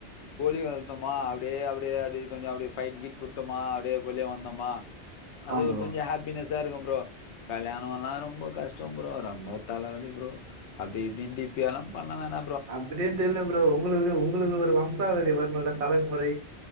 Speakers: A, on the left; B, on the right.
A: கோழி வள்த்தோமா அப் டி அப்டியே அப்டியே கொஞ்சோ அப்டி ஃபை்ட் கிட் புட்டோமா அப்டியே வெளிய வந்தோமா அது
B: ஆ ப்ரோ
A: ஒரு கொஞ்சோ ஹாப்பினஸ்ஸா இருக்கு ப்ரோ கல்யாணோலா ரொம்ப கஷ்டோ ப்ரோ ரொம்போ தலவலி ப்ரோ அப்டி இப்டின் திர்ப்பி அதுலா பண்ணவேணா
B: அப்பிடின்ட்டு இல்ல ப்ரோ உங்குளுகு உங்குளுக்கு ஒரு வம்சாவழி வர்ணுல்ல தலைமுறை